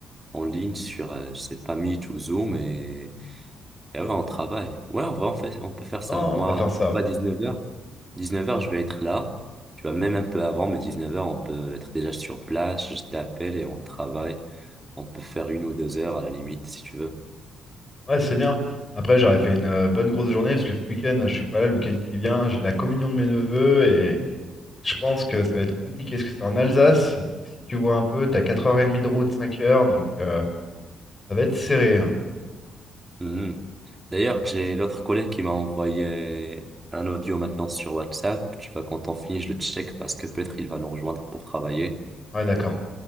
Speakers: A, on the right (about 20°); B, on the left (about 25°).
A: en ligne sur, euh, je sais pas, Meet ou Zoom et Et ouais, on travaille. Ouais, en vrai, on fait, on peut faire ça.
B: Non,
A: Moi,
B: on va faire ça.
A: on
B: Ouais,
A: va à 19h. 19h, je vais être là. Tu vois, même un peu avant, mais 19h, on peut être déjà sur place. Je t'appelle et on travaille. On peut faire une ou deux heures à la limite, si tu veux.
B: Ouais, c'est bien. Après, j'aurais fait une euh, bonne grosse journée, parce que ce week-end, je suis pas là, le week-end qui vient, j'ai la communion de mes neveux, Je pense que ça va être compliqué parce que c'est en Alsace. Donc si tu vois un peu, t'as 4h30 de route, cinq heures, Donc euh, ça va être serré. hein.
A: Mhm. D'ailleurs, j'ai l'autre collègue qui m'a envoyé un audio maintenant sur WhatsApp. Tu vois, quand on finit, je le check parce que peut-être il va nous rejoindre pour travailler.
B: Ouais, d'accord.